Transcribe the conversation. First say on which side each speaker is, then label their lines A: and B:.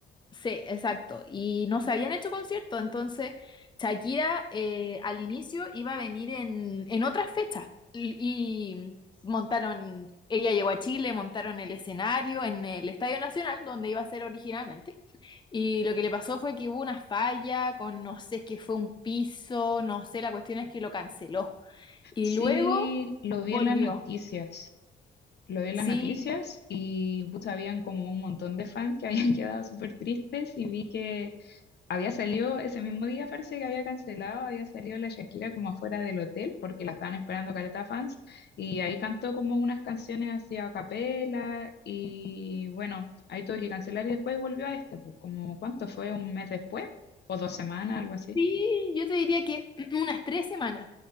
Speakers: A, on the left; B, on the left.
A: Sí, exacto. Y no se habían hecho conciertos, entonces Shakira eh, al inicio iba a venir en, en otras fechas. L- Y, montaron, ella llegó a Chile, montaron el escenario en el Estadio Nacional, donde iba a ser originalmente. Y lo que le pasó fue que hubo una falla con, no sé, es que fue un piso, no sé, la cuestión es que lo canceló. Y
B: Sí,
A: luego
B: lo vi
A: volvió.
B: en las noticias. Lo vi en
A: Sí,
B: las noticias y pucha, habían como un montón de fans que habían <laughs> quedado súper tristes y vi que Había salido ese mismo día, parece que había cancelado, había salido la Shakira como afuera del hotel porque la estaban esperando caleta fans y ahí cantó como unas canciones así a capela y bueno, ahí tuve que cancelar y después volvió a este, pues como ¿cuánto fue? ¿Un mes después? ¿O dos semanas? Algo así.
A: Sí, yo te diría que <clears throat> unas tres semanas.